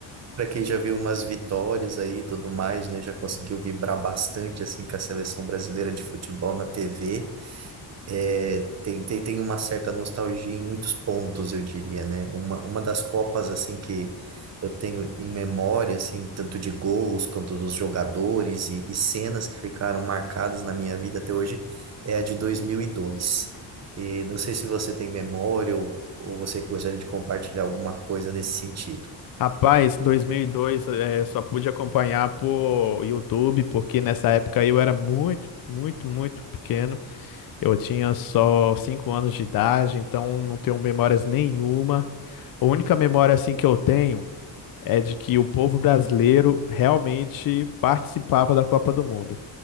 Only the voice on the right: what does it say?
para quem já viu umas vitórias aí e tudo mais, né? Já conseguiu vibrar bastante assim com a seleção brasileira de futebol na TV. É, tem, tem, tem uma certa nostalgia em muitos pontos, eu diria, né? Uma, uma das Copas, assim, que eu tenho em memória, assim, tanto de gols quanto dos jogadores e, e cenas que ficaram marcadas na minha vida até hoje, é a de 2002. E dois. E não sei se você tem memória ou, ou você gostaria de compartilhar alguma coisa nesse sentido.